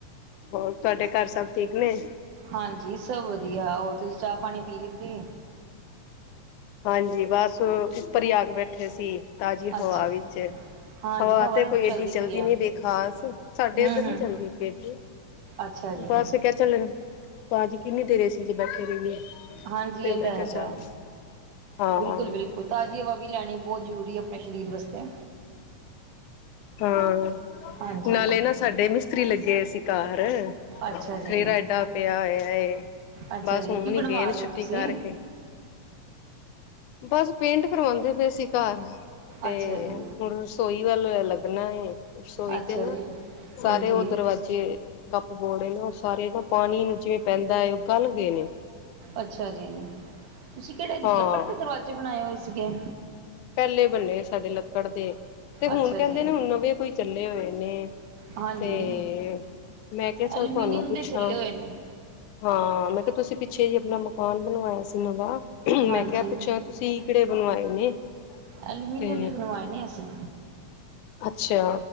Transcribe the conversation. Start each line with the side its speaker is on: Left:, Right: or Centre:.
Left: ਹੋਰ ਤੁਹਾਡੇ ਘਰ ਸਭ ਠੀਕ ਨੇ?
Right: ਹਾਂਜੀ, ਸਭ ਵਧੀਆ, ਹੋਰ ਤੁਸੀਂ ਚਾਹ ਪਾਣੀ ਪੀ ਲਿੱਤੀ?
Left: ਹਾਂਜੀ, ਬਸ ਉੱਪਰ ਹੀ ਆ ਕੇ ਬੈਠੇ ਸੀ, ਤਾਜ਼ੀ
Right: ਅੱਛਾ
Left: ਹਵਾ ਵਿੱਚ।
Right: ਹਾਂਜੀ
Left: ਹਵਾ ਤੇ
Right: ਤਾਂ
Left: ਕੋਈ
Right: ਚਲਦੀ
Left: ਏਡੀ ਚੱਲਦੀ
Right: ਪਈ ਹੈ
Left: ਨੀ ਪਾਈ ਖਾਸ, ਸਾਡੇ
Right: ਹਮ
Left: ਇੱਧਰ ਨੀ
Right: ਹਮ
Left: ਚੱਲਦੀ ਅੱਡੀ।
Right: ਅੱਛਾ ਜੀ।
Left: ਪਾ ਅਸੀਂ ਕਿਹਾ ਚੱਲ, ਭਾਜੀ ਕਿੰਨੀ ਦੇਰ ਏਸੀ ਚ ਬੈਠੇ ਰਹੀਏ।
Right: ਹਾਂਜੀ,
Left: ਤੇ
Right: ਇਹ
Left: ਮੈਂ
Right: ਤਾਂ
Left: ਕਿਹਾ
Right: ਹੈਗਾ,
Left: ਚੱਲ ਹਾਂ
Right: ਬਿਲਕੁਲ ਬਿਲਕੁਲ ਤਾਜ਼ੀ ਹਵਾ ਵੀ ਲੈਣੀ ਬਹੁਤ ਜ਼ਰੂਰੀ ਆਪਣੇ ਸਰੀਰ ਵਾਸਤੇ।
Left: ਹਾਂ,
Right: ਹਾਂਜੀ
Left: ਨਾਲੇ ਨਾ ਸਾਡੇ ਮਿਸਤਰੀ ਲੱਗੇ ਹੋਏ ਸੀ ਘਾਰ।
Right: ਅੱਛਾ ਜੀ
Left: ਖੇਲੂਰਾ ਏਡਾ ਪਿਆ ਹੋਇਆ,
Right: ਅੱਛਾ
Left: ਬਸ
Right: ਜੀ
Left: ਹੁਣ
Right: ਕੀ ਬਣਵਾ
Left: ਹੀ ਗਏ ਨ
Right: ਰਹੇ
Left: ਛੁੱਟੀ
Right: ਹੋ ਤੁਸੀਂ
Left: ਕਰਕੇ। ਬਸ ਪੇਂਟ ਕਰਵਾਉਂਦੇ ਪਏ ਸੀ ਘਰ, ਤੇ
Right: ਅੱਛਾ ਜੀ
Left: ਹੁਣ ਰ ਸੋਈ ਵੱਲ ਲੱਗਣਾ ਐ, ਰਸੋਈ
Right: ਅੱਛਾ
Left: ਤੇ ਨਾ
Right: ਜੀ
Left: ਸਾਰੇ
Right: ਹਾਂਜੀ
Left: ਉਹ ਦਰਵਾਜ਼ੇ ਜੇ ਕੱਪ ਬੋੜ ਨਾ ਉਹ ਸਾਰੇ ਨਾ ਪਾਨੀ ਜਿਵੇਂ ਪੈਂਦਾ ਐ, ਉਹ ਗਲ ਗਏ ਨੇ।
Right: ਅੱਛਾ ਜੀ, ਤੁਸੀਂ ਕਿਹੜੇ
Left: ਹਾਂ
Right: ਲੱਕੜ ਦੇ ਦਰਵਾਜ਼ੇ ਬਣਾਏ ਹੋਏ ਸੀਗੇ?
Left: ਪਹਿਲੇ ਬੰਨੇ ਸਾਡੇ ਲੱਕੜ ਦੇ, ਤੇ ਹੁਣ
Right: ਅੱਛਾ
Left: ਕਹਿੰਦੇ
Right: ਜੀ
Left: ਨੇ ਹੁਣ ਨਵੇ ਕੋਈ ਚੱਲੇਂ ਹੋਏ ਨੇ।
Right: ਹਾਂਜੀ
Left: ਤੇ ਮੈਂ ਕਿਹਾ ਚੱਲ
Right: ਐਲੂਮੀਨੀਅਮ
Left: ਤੁਹਾਨੂੰ ਪੁੱਛਾਂ।
Right: ਦੇ ਚੱਲੇ ਹੋਏ ਨੇ
Left: ਹਾਂ, ਮੈਂ ਕਿਹਾ ਤੁਸੀਂ ਪਿੱਛੇ ਜੇ ਆਪਣਾ ਮਕਾਨ ਬਣਵਾਇਆ ਸੀ ਨਵਾ?
Right: ਹਾਂਜੀ
Left: ਮੈਂ ਕਿਹਾ ਪੁੱਛਾਂ ਤੁਸੀਂ ਕਿਹੜੇ ਬਣਵਾਏ ਨੇ?
Right: ਐਲੂਮੀਨੀਅਮ
Left: ਤੇ
Right: ਦੇ ਬਣਵਾਏ ਨੇ ਅਸੀਂ।
Left: ਅੱਛਾ।